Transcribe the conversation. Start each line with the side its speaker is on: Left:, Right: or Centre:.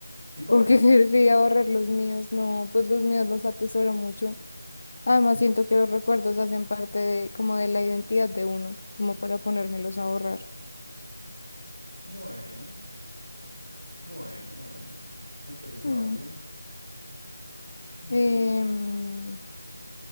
Right: ¿Y por
Left: Porque
Right: qué?
Left: <laughs> querría borrar los míos. No, pues los míos los atesoro mucho. Además,
Right: Y-
Left: siento que los recuerdos hacen parte de, como de la identidad de uno, como para ponérmelos a borrar.
Right: Bueno, bueno, bueno. Me parece
Left: Mm,
Right: válido. Mm,
Left: em,